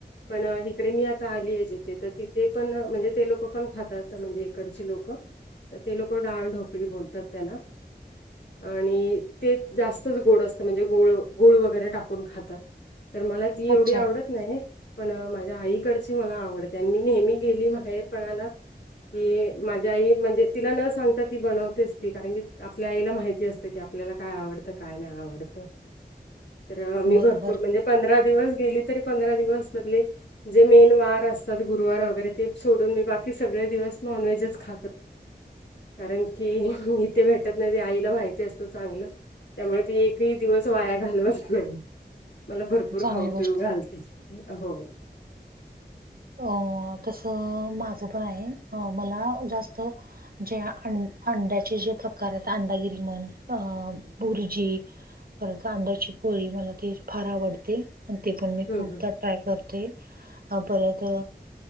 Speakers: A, on the left; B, on the right.
A: पण इकडे मी आता आली आहे जिथे तर तिथे पण म्हणजे ते लोक पण खातात म्हणजे इकडचे लोक. ते लोक डाळढोकळी बोलतात त्याला आणि ते जास्तच गोड असत म्हणजे गोळ गोळ वगैरे टाकून खातात. तर मला ती
B: अच्छा
A: एवढी आवडत. नाही पण माझ्या आईकडची मला आवडते आणि मी नेहमी गेली माहेर पणाला की माझ्या आई म्हणजे तिला न सांगता ती बनवतेच ती कारण की आपल्या आईला माहिती असतं की ल्याला काय आवड काय नाही आवडत तर मी
B: बरोबर
A: भरपूर म्हणजे पं दिवस गेली तरी पंधरा दिवस मधले. जे मेन वार असतात गुरुवार वगैरे ते सोडून मी बाकी सगळे दिवस नॉनव्हेजच खात. कारण की इथे भेटत नाही आईला माहिती असतं चांगलं. त्यामुळे तू एकही दिवस वाया घालवत नाही मला भरपूर. भरपूर
B: चांगली
A: खाऊ
B: गोष्ट
A: पिऊ घालते
B: आहे
A: हो.
B: अ तसं माझं पण आहे अ मला जास्त. जे अं अंड्याचे जे प्रकार आहेत अंडागिरी म्हण अ बुर्जी. परंत अंड्याची पोळी मला ते फार आवडते आणि ते पण मी
A: हम्म
B: खूपदा
A: हम्म
B: ट्राय करते. हा परत